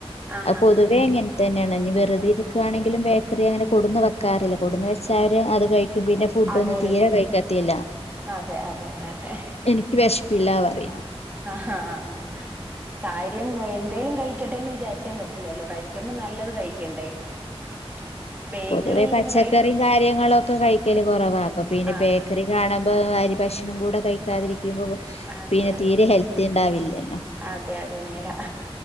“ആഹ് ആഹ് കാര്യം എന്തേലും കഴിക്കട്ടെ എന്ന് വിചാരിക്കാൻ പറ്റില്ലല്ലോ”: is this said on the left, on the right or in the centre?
Right